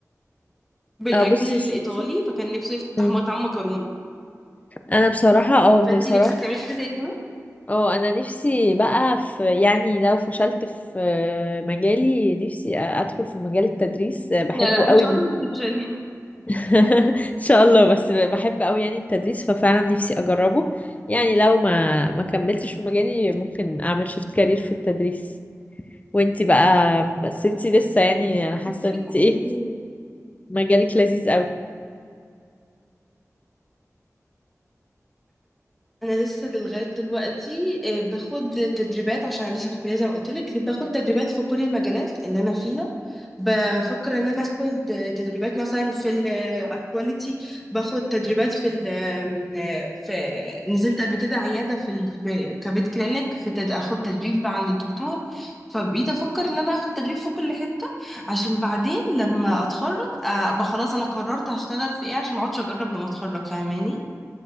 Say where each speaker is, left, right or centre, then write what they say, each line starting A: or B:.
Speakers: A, in the centre; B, on the left.
A: بالاكل
B: اه بصي
A: الايطالي
B: يا ستي
A: فكان نفسه يفتح
B: مم.
A: مطعم مكرونه
B: انا بصراحة اه
A: فانتي
B: بصراحة
A: نفسك تعملي حاجه زي كده
B: اه انا نفسي بقى في يعني لو فشلت في مجالي نفسي ادخل في مجال التدريس بحبه
A: لا لا
B: قوي
A: ان شاء
B: من
A: الله مش هتفشلي
B: <laughs> ان شاء الله بس بحب قوي يعني التدريس ففعلا نفسي اجربه يعني لو ما ما كملتش في مجالي ممكن اعمل شيفت كارير في التدريس وانتي بقى بس انتي لسه يعني انا حاسة
A: <laughs>
B: ان انتي ايه مجالك لذيذ قوي
A: انا لسه دل- لغايه دلوقتي آه، باخد تدريبات عشان لسه في الكليه زي ما قلت لك باخد تدريبات في كل المجالات اللي انا فيها بفكر ان انا اخد تدريبات مثلا في الاكواليتي باخد تدريبات في ال آم، آه، في نزلت قبل كده عياده في ال- كبيت كلينيك في تد... اخد تدريب عند الدكتور فبقيت افكر ان انا اخد تدريب في كل حته عشان بعدين لما اتخرج آه، ابقى خلاص انا قررت هشتغل في ايه عشان ما اقعدش اجرب لما اتخرج فاهماني